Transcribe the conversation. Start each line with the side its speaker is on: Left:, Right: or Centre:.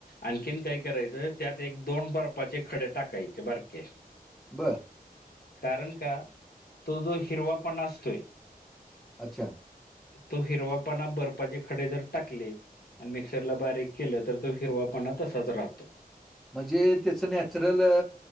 Left: आणखीन काय करायचं. त्यात एक दोन बर्फाचे खडे टाकायचे बारके
Centre: बरं.
Left: कारण का तो जो हिरवापणा असतोय.
Centre: अच्छा.
Left: तो हिरवापना बर्फाचे खडे जर टाकले. आणि मिक्सरला बारीक केलं. तर तो हिरवापणा तसाच राहतो.
Centre: म्हणजे त्याचं नॅचरल